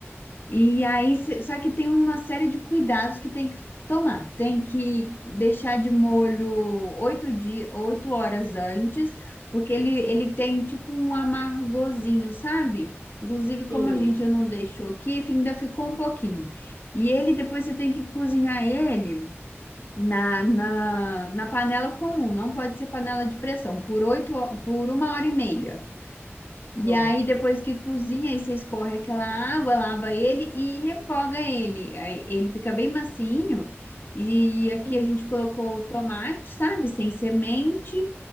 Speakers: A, on the left; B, on the right.
A: E aí, se- só que tem uma série de cuidados que tem que tomar. Tem que deixar de molho oito dias, oito horas antes, porque ele, ele tem tipo um amargozinho, sabe? Inclusive, como
B: sim.
A: a gente não deixou aqui, ainda ficou um pouquinho. E ele, depois você tem que cozinhar ele na, na, na panela comum, não pode ser panela de pressão, por oito, ho- por uma hora e meia. E
B: Hum,
A: aí, depois que cozinha, aí você escorre aquela água, lava ele e refoga ele. Aí ele fica bem macinho. E aqui
B: hum,
A: a gente colocou tomate, sabe? Sem semente,